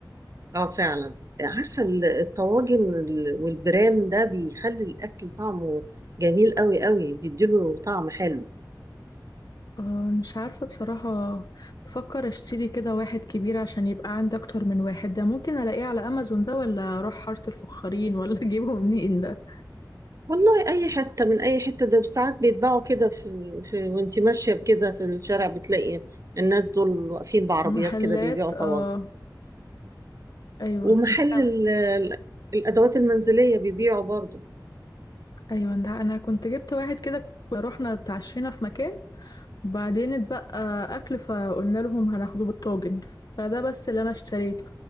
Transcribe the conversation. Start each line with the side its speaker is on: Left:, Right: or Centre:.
Right: اه فعلا عارفه ال- الطواجن وال- والبرام ده بيخلي الاكل طعمه جميل قوي قوي بيديله طعم حلو
Left: آه، مش عارفة بصراحة بفكر اشتري كده واحد كبير عشان يبقى عندي اكتر من واحد ده ممكن الاقيه على امازون ده ولا اروح حارة الفخارين ولا <laughs> اجيبه منين ده
Right: والله اي حته من اي حته ده ساعات بيتباعوا كده في, في وانتي ماشيه كده في الشارع بتلاقي الناس دول واقفين بعربيات
Left: محلات
Right: كده بيبيعوا طواجن
Left: اه ايوه
Right: ومحل
Left: انا كان
Right: ال- ال- الادوات المنزليه بيبيعوا برضو
Left: ايوه ده انا كنت جبت واحد كده كنا رحنا اتعشينا في مكان وبعدين اتبقى اكل فقلنا لهم هناخده بالطاجن فده بس اللي انا اشتريته